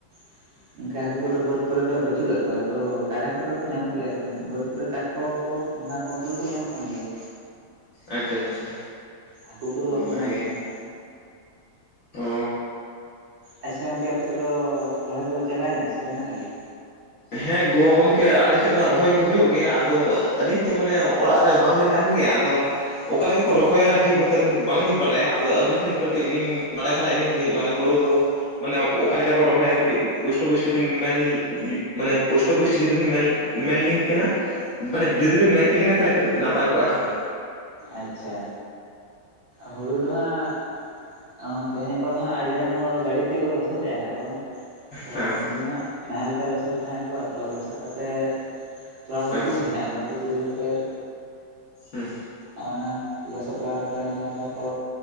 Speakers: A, on the right; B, on the left.
A: <inaudible> ᱚᱱᱠᱟ ᱦᱟᱹᱠᱩ ᱠᱚᱫᱚ ᱵᱟᱹᱫᱽ ᱠᱚᱨᱮ ᱫᱚ ᱵᱟᱹᱪᱩᱜ ᱠᱟᱫ ᱠᱚᱣᱟ ᱛᱚ ᱜᱟᱰᱟ ᱠᱚᱨᱮ ᱫᱚ ᱠᱚ ᱧᱟᱢᱚᱜ ᱜᱮᱭᱟ ᱠᱚ ᱵᱟᱹᱫᱽ ᱠᱚᱨᱮ ᱠᱟᱴᱠᱚᱢ ᱛᱚ ᱜᱚᱝᱜᱷᱟ ᱠᱚ ᱩᱱᱠᱩ ᱫᱚᱠᱚ ᱧᱟᱢᱚᱜ ᱠᱟᱱ ᱜᱮᱭᱟ᱾
B: ᱟᱪᱪᱷᱟ ᱟᱪᱪᱷᱟ
A: ᱦᱟᱹᱠᱩ ᱠᱚᱫᱚ ᱵᱟᱠᱚ
B: ᱵᱷᱟᱜᱮ
A: ᱧᱟᱢᱚᱜ ᱠᱟᱱᱟ ᱦᱟᱸᱜ
B: ᱚ
A: ᱟᱪᱪᱷᱟ ᱜᱚᱝᱠᱮ ᱟᱯᱮ ᱥᱮᱫ ᱫᱚ ᱨᱚᱦᱚᱭ ᱠᱚᱫᱚ ᱪᱟᱵᱟᱭᱮᱱᱟ ᱥᱮ ᱢᱮᱱᱟᱜ ᱜᱮᱭᱟ?
B: ᱦᱮᱸ ᱜᱚᱼᱜᱚᱢᱠᱮ ᱟᱞᱮᱥᱮᱫ ᱢᱟ ᱨᱚᱦᱚᱭ ᱠᱚ ᱦᱳᱭᱳᱜ ᱜᱮᱭᱟ ᱟᱫᱚ ᱟᱹᱞᱤᱧ ᱛᱚ ᱢᱟᱱᱮ ᱚᱲᱟᱜ ᱨᱮ ᱵᱟᱝ ᱞᱤᱧ ᱛᱟᱦᱮᱸᱱ ᱜᱮᱭᱟ ᱟᱫᱚ ᱚᱠᱟ ᱞᱮᱠᱟ ᱠᱚ ᱨᱚᱦᱚᱭᱟ ᱴᱷᱤᱠ ᱢᱚᱛᱚ ᱟᱹᱞᱤᱧ ᱫᱚ ᱵᱟᱝ ᱞᱤᱧ ᱵᱟᱲᱟᱭᱟ ᱟᱫᱚ ᱟᱹᱵᱤᱱ ᱴᱷᱮᱱ ᱠᱟᱹᱴᱤᱡ ᱞᱤᱧ ᱵᱟᱲᱟᱭ ᱥᱟᱱᱟᱭᱮᱫ ᱞᱤᱧ ᱴᱷᱮ ᱢᱟᱱᱮ ᱦᱳᱲᱳ ᱫᱳ ᱢᱟᱱᱮ ᱚᱠᱟ ᱞᱮᱠᱟ ᱠᱚ ᱨᱚᱦᱚᱭᱟ ᱠᱟᱹᱴᱤᱡ, ᱯᱩᱥᱴᱚ ᱯᱩᱥᱴᱤ ᱵᱤᱱ ᱢᱮᱱ ᱢᱟᱱᱮ ᱯᱳᱥᱴᱚ ᱯᱩᱥᱴᱤ ᱡᱩᱫᱤ ᱵᱮᱱ ᱢᱮᱱ, ᱢᱮᱱ ᱞᱤᱧ ᱠᱟᱱᱟ ᱢᱟᱱᱮ ᱡᱩᱫᱤ ᱵᱮᱱ ᱢᱮᱱ ᱠᱮᱞᱤᱧ ᱟ, ᱛᱟᱦᱚᱞᱮ ᱠᱟᱴᱤᱡ ᱱᱟᱯᱟᱭ ᱠᱚᱜᱼᱟ ᱟᱨᱠᱤ,
A: ᱟᱪᱪᱷᱟ, ᱦᱩᱲᱩ ᱫᱚ ᱦᱟᱸᱜ ᱚ ᱛᱮᱦᱮᱧ ᱜᱟᱯᱟ ᱫᱚ ᱦᱟᱸᱜ, ᱟᱹᱰᱤ ᱜᱟᱱ ᱦᱚᱲ ᱜᱟᱹᱰᱤ ᱛᱮᱠᱚ ᱞᱚᱥᱚᱫᱮᱜᱼᱟ ᱦᱟᱸᱜ ᱠᱚ, ᱛᱚ
B: ᱦᱮᱸ ᱦᱮᱸ
A: ᱩᱱᱫᱤᱱ ᱫᱚ ᱦᱟᱜ ᱱᱟᱦᱮᱞ ᱛᱮ ᱞᱚᱥᱚᱫ ᱛᱟᱦᱮᱸᱫ ᱠᱚ, ᱟᱫ ᱞᱚᱥᱚᱫ ᱠᱟᱛᱮ ᱛᱚᱞᱟᱟ ᱠᱚ
B: ᱟᱪᱪᱷᱟ
A: ᱛᱩᱫ ᱤᱫᱤ ᱛᱟᱦᱮᱸ ᱠᱚ, ᱛᱩᱫ ᱤᱫᱤ ᱠᱟᱛᱮᱫ
B: ᱦᱩᱸ
A: ᱟᱨ ᱚᱱᱟ ᱞᱚᱥᱚᱫ ᱵᱟᱲᱟ ᱠᱟᱛᱮᱫ ᱚᱱᱟ ᱟᱵᱟᱨ ᱠᱚ,